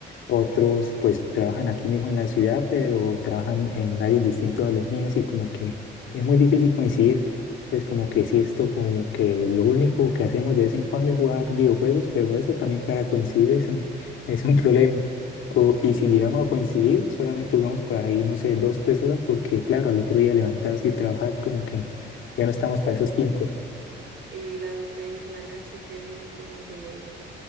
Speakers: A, on the left; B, on the right.
A: otros pues trabajan aquí mismo en la ciudad, pero trabajan en horarios distintos a los míos y como que es muy difícil coincidir. Entonces como
B: Mm.
A: que sí, esto como que lo único que hacemos de vez en cuando es jugar videojuegos, pero eso también para coincidir es un, es un problema. O, y
B: Sí,
A: si llegamos a coincidir, solamente jugamos por ahí, no sé, dos, tres horas, porque claro, al otro día levantarse y trabajar, como que ya no estamos para esos tiempos.
B: sí, la adultez igual hace que uno como que